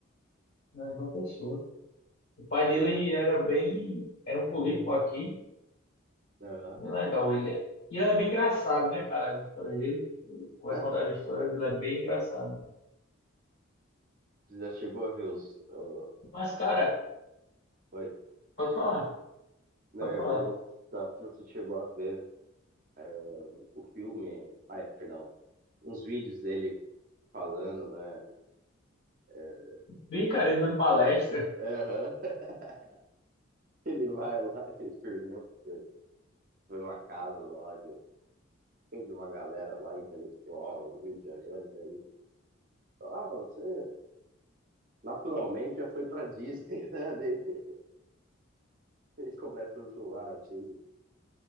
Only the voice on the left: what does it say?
é de João Pessoa. O pai
dele era bem. Era um político aqui.
Bem legal ele é. E ele é bem engraçado, né, cara? As histórias dele. Ele Vai
contar as histórias, ele é bem engraçado.
Mas, cara,
pode falar.
Pode
falar.
Vi, cara, ele dando palestra.